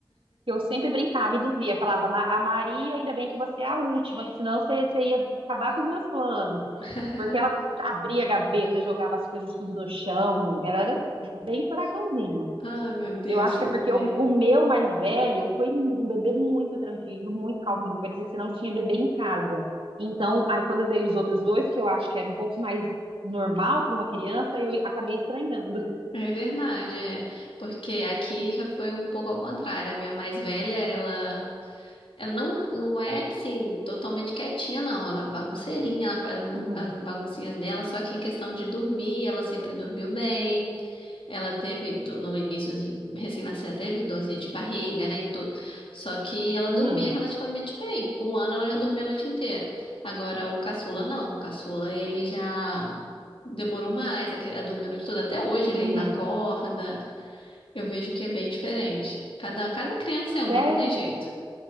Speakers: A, on the right (about 75°); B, on the left (about 75°).
A: que Eu sempre brincava e dizia, falava, "Ma- a Maria, ainda bem que você é a última, que senão você, você ia acabar com os meus planos.
B: <laughs>
A: Porque ela abria a gaveta, jogava as coisas tudo no chão. Ela era bem furacãozinho.
B: Ah, meu Deus,
A: Eu acho
B: você
A: que é porque
B: vê.
A: o, o meu mais velho foi um um bebê muito tranquilo, muito calminho. Parecia que você não tinha bebê em casa. Então, aí quando veio os outros dois, que eu acho que era um pouco mais normal para uma criança, eu acabei estranhando.
B: É verdade, é. Porque aqui já foi um pouco ao contrário. A minha mais velha, ela, ela não, não é assim, totalmente quietinha, não. Ela é bagunceirinha, ela faz as bu-
A: Uhum,
B: as baguncinhas dela, só que em questão de dormir, ela sempre dormiu bem. Ela teve, do- no iníciozinho, recém-nascida, teve dorzinha de barriga, né, e tudo. Só que ela
A: uhum,
B: dormia relativamente bem. Com um ano, ela já dormia a noite inteira. Agora, o caçula, não. O caçula, ele já demorou mais a, que- a dormir a noite toda. Até hoje, ele
A: uhum.
B: ainda acorda. Eu vejo que é bem diferente. Cada, cada criança é uma,
A: Sério?
B: não tem jeito.